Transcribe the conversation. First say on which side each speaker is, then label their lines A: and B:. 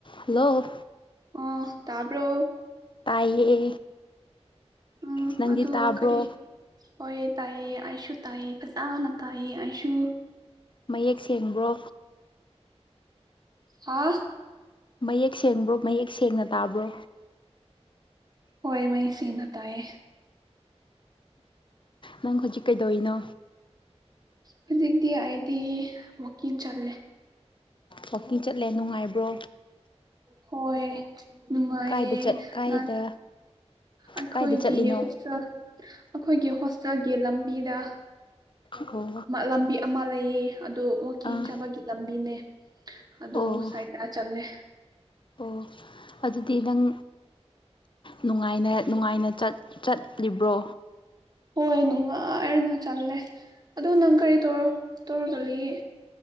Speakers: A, on the left; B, on the right.
A: Hello
B: ꯑꯣ ꯇꯥꯕꯔꯣ
A: ꯇꯥꯏꯌꯦ
B: ꯎꯝ
A: ꯅꯪꯗꯤ
B: ꯑꯗꯨ
A: ꯇꯥꯕ꯭ꯔꯣ
B: ꯀꯔꯤ ꯍꯣꯏ ꯇꯥꯏꯌꯦ ꯑꯩꯁꯨ ꯇꯥꯏꯌꯦ ꯐꯖꯅ ꯇꯥꯏ ꯑꯩꯁꯨ
A: ꯃꯌꯦꯛ ꯁꯦꯡꯕ꯭ꯔꯣ
B: ꯍꯥꯥ
A: ꯃꯌꯦꯛ ꯁꯦꯡꯕ꯭ꯔꯣ ꯃꯌꯦꯛ ꯁꯦꯡꯅ ꯇꯥꯕ꯭ꯔꯣ
B: ꯍꯣꯏ ꯃꯌꯦꯛ ꯁꯦꯡꯅꯥ ꯇꯥꯏꯌꯦ
A: ꯅꯪ ꯍꯧꯖꯤꯛ ꯀꯩꯗꯧꯔꯤꯅꯣ
B: ꯍꯧꯖꯤꯛꯇꯤ ꯍꯥꯏꯗꯤ ꯋꯥꯛꯀꯤꯡ ꯆꯠꯂꯦ
A: ꯋꯥꯛꯀꯤꯡ ꯆꯠꯂꯦ ꯅꯨꯡꯉꯥꯏꯕ꯭ꯔꯣ
B: ꯍꯣꯏ ꯅꯨꯡꯉꯥꯏꯌꯦ
A: ꯀꯥꯏꯗ ꯆꯠ ꯀꯥꯏꯗ
B: ꯅꯪ ꯑꯩꯈꯣꯏꯒꯤ
A: ꯀꯥꯏꯗ ꯆꯠꯂꯤꯅꯣ
B: ꯍꯣꯁꯇꯦꯜ ꯑꯩꯈꯣꯏꯒꯤ ꯍꯣꯁꯇꯦꯜꯒꯤ ꯂꯝꯕꯤꯗ
A: ꯑꯣ
B: ꯂꯝꯕꯤ ꯑꯃ ꯂꯩꯌꯦ ꯑꯗꯣ ꯋꯥꯛꯀꯤꯡ
A: ꯑꯥ
B: ꯆꯥꯕꯒꯤ ꯂꯝꯕꯤꯅꯦ ꯑꯗꯨ
A: ꯑꯣ
B: ꯁꯥꯏꯗ ꯆꯠꯂꯦ
A: ꯑꯣ ꯑꯗꯨꯗꯤ ꯅꯪ ꯅꯨꯡꯉꯥꯏꯅ ꯅꯨꯡꯉꯥꯏꯅ ꯆꯠꯂꯤꯕ꯭ꯔꯣ
B: ꯍꯣꯏ ꯅꯨꯡꯉꯥꯏꯔꯅ ꯆꯜꯂꯦ ꯑꯗ ꯅꯪ ꯀꯔꯤ ꯇꯧꯔꯒ ꯂꯩꯌꯦ